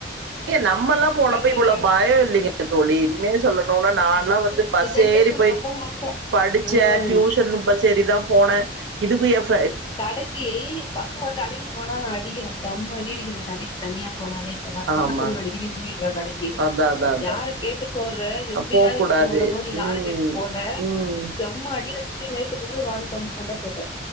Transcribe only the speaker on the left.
கட
கட கட
இ இந்த
ஜென்ரேஷன்
ரொம்ப மோசோ
ம்
கடைக்கு பசங்க கடைக்கு போனா நா அடிக்கிற செம்ம அடி அடிக்கிற கடைக்கு தனியா போனாலே இப்பலா சின்ன
பொண்ணு அடிக்கடி ஓடிடுறா கடைக்கு
யார கேட்டு போற எப்படிலா
இருக்கு உலகோ நீ
யார கேட்டு போன
செம்ம அடி ச்சி நேத்து அத வாங்கி தானு சண்டை போட்ட